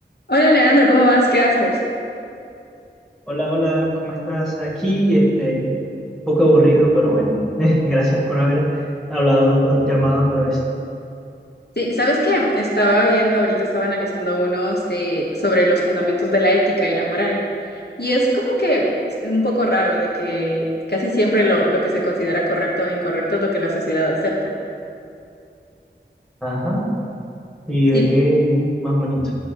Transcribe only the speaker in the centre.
Hola, hola, ¿cómo estás? Aquí, este, un poco aburrido, pero bueno, <laughs> gracias por haber hablado, o llamado otra vez.
Ajá, ¿y de
qué más bonito?